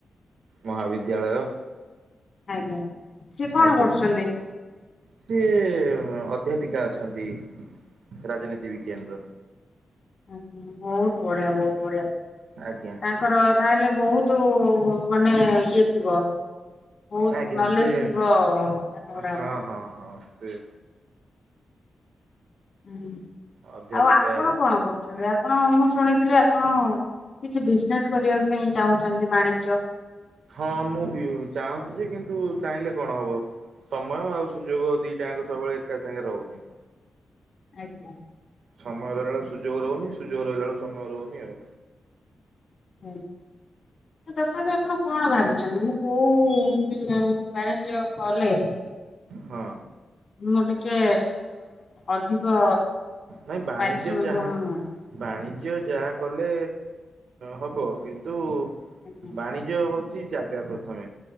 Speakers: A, on the right; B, on the left.
A: ମହାବିଦ୍ୟାଳୟ।
B: ଆଜ୍ଞା ସିଏ କଣ
A: ଆଜ୍ଞା।
B: କରୁଛନ୍ତି।
A: ସିଏ ଅଧ୍ୟାପିକା ଅଛନ୍ତି, ରାଜନୀତି ବିଜ୍ଞାନର।
B: ଆଛା ବହୁତ ବଢିଆ ବହୁତ ବଢିଆ।
A: ଆଜ୍ଞା।
B: ତାଙ୍କର ତାହେଲେ ବହୁତୁ। ମାନେ ଇଏ ଥିବ, ବହୁତ
A: ଆଜ୍ଞା
B: ନଲେଜ
A: ସେ
B: ଥିବ ପାଠ ପଢା
A: ହଁ
B: ଉପରେ।
A: ହଁ ହଁ। ସେ।
B: ହୁଁ
A: ଅଧ୍ୟାପିକା
B: ଆଉ ଆପଣ କଣ କରୁୁ ଛନ୍ତି ଆପଣ ମୁଁ ଶୁଣିଥିଲି ଆପଣ କିଛି ବିଜନେସ କରିବାକୁ ପାଇଁ ଚାହୁଁଛନ୍ତି ବାଣିଜ୍ୟ।
A: ହଁ ମୁଁ ବି ଚାହୁଁଛି ଯେ କିନ୍ତୁ ଚାହିଁଲେ କଣ ହବ। ସମୟ ଆଉ ସୁଯୋଗ ଦିଟା ଆଙ୍କ ସବୁବେଳେ ଏକା ସାଙ୍ଗେ ରହୁନି।
B: ଆଜ୍ଞା।
A: ସମୟ ରହିଲା ବେଳୁକୁ ସୁଯୋଗ ରହୁନି ସୁଯୋଗ ରହିଲା ବେଳକୁ ସମୟ ରହୁନି ଆଉ।
B: <inaudible> ହଁ ତଥାପି ଆପଣ କଣ ଭାବିଛନ୍ତି ମୁଁ କୋଉ ବି ବାଣିଜ୍ୟ କଲେ।
A: ହଁ।
B: ମୁଁ ଟିକେ ଅଧିକ
A: ନାଇଁ ବାଣିଜ୍ୟ
B: ପାରିଶ୍ରମିକ
A: ଯାହା।
B: ମୁଁ
A: ବାଣିଜ୍ୟ ଯାହା କଲେ ହବ କିନ୍ତୁ
B: ଆଜ୍ଞା
A: ବାଣି ଜ୍ୟ ହଉଛି ଜାଗା ପ୍ରଥମେ